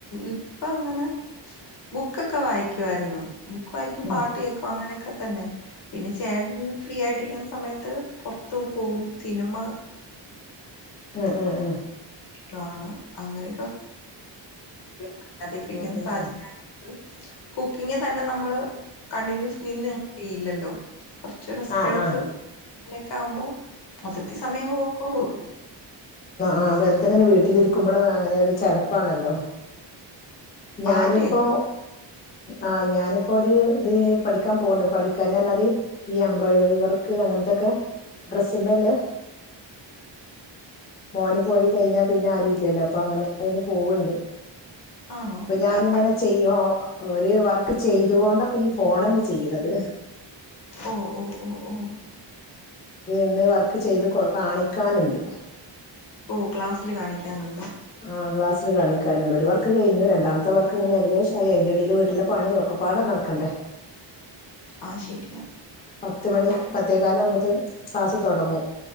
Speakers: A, on the left; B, on the left.
A: ഇപ്പൊ അങ്ങനെ ബുക്കൊക്കെ വായിക്കുായിരുന്നു ബുക്ക് വായിക്കും
B: ഉം
A: പാട്ട് കേൾക്കും അങ്ങനെയൊക്കെ തന്നെ പിന്നെ ചേട്ടൻ ഫ്രീ ആയിട്ടിരിക്കുന്ന സമയത്ത് പുറത്ത് പോകും സിനിമ
B: ആ ആ ആ
A: ഷ്ടമാണ് അങ്ങനെയൊക്കെ വറ്റാതക്കെ ഇരിക്കുന്ന
B: ഉം ഉം
A: സാഹചര്യ
B: ഉം
A: കുക്കിംഗ തന്നെ നമ്മള് കണ്ടിന്യൂസ് നിന്ന് ചെയ്യില്ലല്ലോ കുറച്ച് റെസ്റ്റ്
B: ആഹ്
A: എടുത്ത്
B: ആഹ്
A: അങ്ങനൊക്കെ ആവുമ്പോ മൊത്തത്തി സമയം അങ്ങ് നോക്കള്ളൂ
B: ആ വെറുതെങ്ങനെ വീട്ടിലിരിക്കുമ്പോഴ അങ്ങനെ ഒരു ചെടപ്പാണല്ലോ
A: പാട്ട്
B: ഞാനിപ്പോ
A: കേക്കും.
B: ആഹ് ഞാനിപ്പോ ഒരു ഇത് പഠിക്കാൻ പോവണ്ട് പഠിക്കാന പറഞ്ഞാല് ഈ എംബ്രോയ്ഡറി വർക്ക് അങ്ങനത്തെൊക്കെ ഡ്രെസ്സ്മല്ലേ മോന് പോയി കഴിഞ്ഞാ പിന്നെ ആരു ഇല്ലല്ലോ അപ്പൊ അങ്ങനെ പോവണ്ട്
A: ആണോ
B: അപ്പൊ ഞാനിങ്ങനെ
A: ഏഹ്,
B: ചെയ്യോ ഒരു വർക്ക് ചെയ്തുകൊണ്ടപ്പ ഈ ഫോൺന്നെ ചെയ്യണത്
A: ഓ ഓ ഓ ഓ.
B: ഇത് ഇന്ന് വർക്ക് ചെയ്ത് കാണിക്കാന് ണ്ട്.
A: ഓ ക്ലാസ്സില് കാണിക്കാനു
B: ആ ക്ലാസ്സില് കാണി ക്കാന്ണ്ട്. ഒരു വർക്ക് കഴിഞ്ഞു. രണ്ടാമത്തെ വർക്ക്ങ്ങനെ ഏകദേശ അയിന്റടീല് വീട്ടില് പണിയൊക്കെ പ്പാ പ്പാടേ നട്ക്കണ്ടേ.
A: ആ ശരിയാ.
B: പത്ത് മണി പത്തേ കാലാവ്മ്പോ ത്തിനും ക്ലാസ് തൊടങ്ങും.